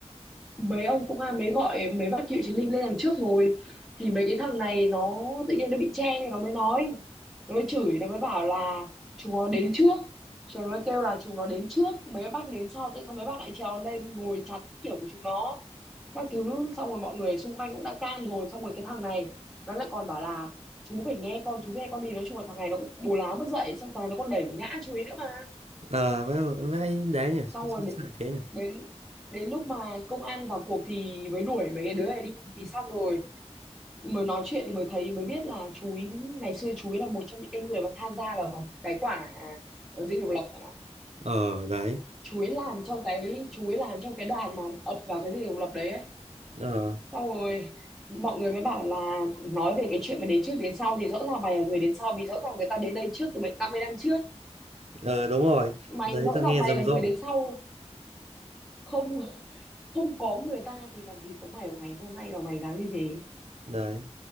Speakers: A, in the centre; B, on the right (about 70°).
A: mấy ông công an mới gọi mấy bác cựu chiến binh lên đằng trước ngồi thì mấy cái thằng này nó tự nhiên nó bị che thì nó mới nói nó mới chửi nó mới bảo là chúng nó đến trước chúng nó mới kêu là chúng nó đến trước mấy bác đến sau tại sao mấy bác lại trèo lên đây ngồi chắn các kiểu của chúng nó các thứ xong rồi mọi người xung quanh cũng đã can rồi xong rồi cái thằng này nó lại còn bảo là chú phải nghe con chú nghe con đi nói chung là thằng này nó cũng bù lá mất dậy xong thằng này nó còn đẩy ngã chú ý nữa mà
B: ờ vậy vãi đấy nhỉ sao
A: xong rồi đến
B: lại thế nhỉ
A: đến đến lúc mà công an vào cuộc thì mới đuổi mấy cái đứa này đi thì xong rồi mới nói chuyện thì mới thấy mới biết là chú ý ngày xưa chú ý là một trong những cái người mà tham gia vào cái quả à, ở dinh độc lập bạn ạ
B: ờ đấy
A: chú ý làm trong cái chú ý làm trong cái đoàn mà ập vào cái dinh độc lập đấy ấy.
B: ờ
A: xong rồi mọi người mới bảo là nói về cái chuyện mà đến trước đến sau thì rõ ràng mày là người đến sau vì rõ ràng người ta đến đây trước từ mấy- 50 năm trước
B: ờ đúng rồi
A: mày
B: đấy
A: rõ
B: tôi
A: ràng
B: nghe
A: mày
B: rầm
A: là người
B: rộ
A: đến sau không không có người ta thì làm gì có mày ở ngày hôm nay mà mày dám như thế
B: đấy